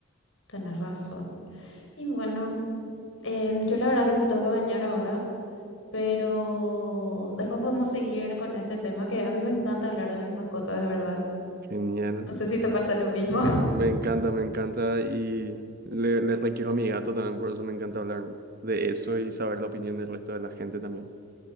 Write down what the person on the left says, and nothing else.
tenés razón. Y bueno, em, yo la verdad que me tengo que bañar ahora, pero después podemos seguir con este tema que a mí me encanta hablar de mis mascotas, de verdad.
No sé si te pasa lo mismo.